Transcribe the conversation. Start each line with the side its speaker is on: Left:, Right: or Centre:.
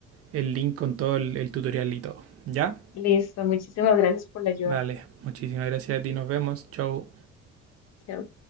Right: el link con todo el, el tutorial y todo. ¿Ya?
Left: Listo, muchísimas gracias por la ayuda.
Right: Vale, muchísimas gracias a ti. Nos vemos. Chau.
Left: Chao.